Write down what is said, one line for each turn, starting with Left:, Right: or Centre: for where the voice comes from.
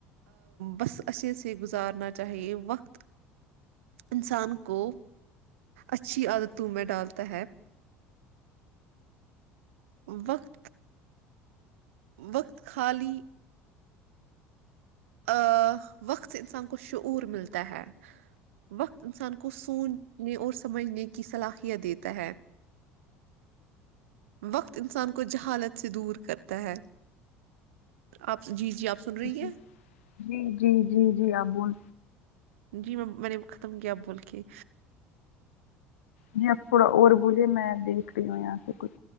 Right: بس اچھے سے گزارنا چاہیے وقت انسان کو اچھی عادتوں میں ڈالتا ہے وقت وقت خالی ا وقت سے انسان کو شعور ملتا ہے وقت انسان کو سوچنے اور سمجھنے کی کی صلاحیت دیتا ہے وقت انسان کو جہالت سے دور کرتا ہے آپ جی جی آپ سن رہی
Left: ج
Right: ہے
Left: جی جی جی جی آپ بول
Right: جی میں میں نے ختم کیا بول کے
Left: ج آپ تھوڑا اور بولیے میں دیکھ رہی ہوں یہاں سے کچھ